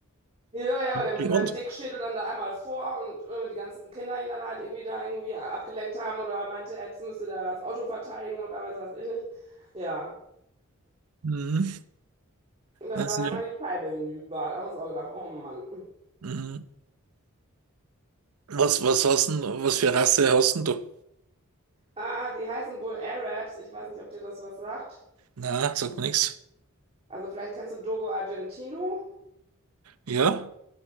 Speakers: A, on the right (about 25°); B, on the right (about 85°).
A: Ja, ja, aber der mit
B: Grund?
A: seinem Dickschädel dann da einmal vor und äh, die ganzen Kinder ihn dann halt irgendwie da irgendwie abgelenkt haben oder meinte, jetzt müsste da das Auto verteidigen oder was weiß ich nicht. Ja,
B: Mhm.
A: und da
B: Also,
A: war dann mal die Scheibe hinüber. Da haben wir uns auch gedacht, oh Mann.
B: mhm. Was, was hast denn, was für Rasse hast denn du?
A: Ah, die heißen Bull Arabs. Ich weiß nicht, ob dir das was sagt.
B: Na, sagt mir nichts.
A: Also vielleicht kennst du Dogo Argentino.
B: Ja?